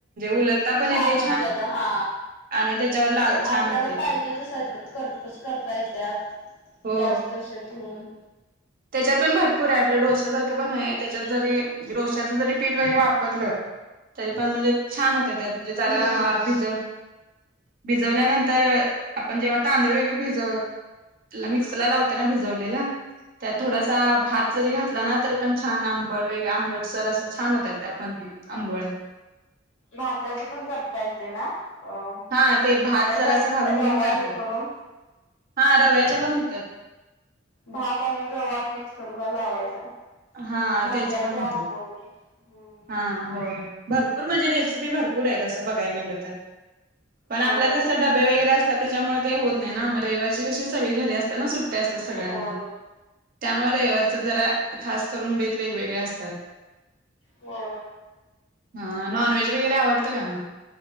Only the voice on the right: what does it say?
उलटता पण
येते
आणि त्याच्यावर लाग छान
होतय
ते
हो
त्याच्यात पण भरपूर आहे आपल्या डोश्यासारखं पण आहे त्याच्यात जरी डोश्याच जरी पीठ जरी वापरलं तरी पण म्हणजे छान होत्यात त्यात म्हणजे जरा
पिझ्झा भिजवल्यानंतर आपण जेव्हा तांदळी ग भिज मिक्सला लावते ना भिजवलेलं त्यात थोडासा
भात जरी घातला ना तरी पण छान आम बडवेेगळे आंबडसर अस छान होतात ते आपण हे आंबोळ्या
हा ते भात जरासं
घालून
पण करतात
हा रव्याच्या पण होतात
हा
त्याच पण होत
हा होय भरपूर म्हणजे रेसिपी भरपूर आहे तसं बघाय गेलं तर पण
आपल्यात कस डबे वगैरे असत त्याच्यामुळे ते होत नाही ना रविवारची कशी सगळे घरी असत ना सुट्टे असते
सगळ्यांना त्यामुळे रेववरच जरा खास करून बेत वेगवेगळे्या असतात
हा नॉन व्हेज वगैरे आवडतं का मग